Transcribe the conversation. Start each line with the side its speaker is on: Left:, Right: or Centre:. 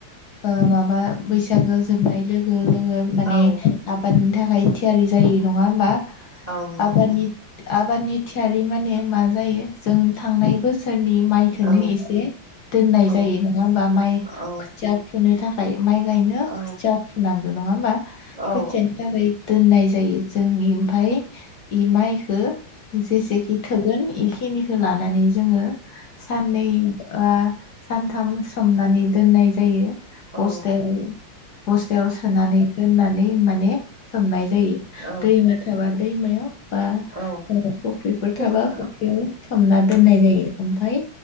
Left: ओ माबा बैसागो जोबनाय लोगो जोङो माने
Right: औ
Left: आबादनि थाखाय थियारि जायो। नङा होमबा।
Right: औ नंगौ
Left: आबादनि आबादनि थियारि माने मा जायो जों थांनाय बोसो रफोरनि माइखौनो
Right: औ
Left: एसे दोननाय
Right: औ
Left: जायो नङा होमबा माइ
Right: औ
Left: खोथिया फोनो थाखाय माइ गायनो
Right: औ
Left: खोथिया फुनांगोन नङा होमबा
Right: औ
Left: खोथियानि थाखाय दोननाय जायो जों इमफ्राय इ माइखौ जेसेखि थोगोन खिनिखौ लानानै जोङो <inaudible> साननै आ सानथाम सोमनानै दोननाय जायो। बस्थायाव
Right: औ
Left: बस्थायाव सोनानै दोननानै माने सोमनाय जायो
Right: औ
Left: दैमा थाबा दैमायाव बा
Right: औ
Left: फुख्रिफोर
Right: फख्रि
Left: थाबा फुख्रियाव सोमना दोननाय
Right: ओं
Left: जायो। ओमफ्राय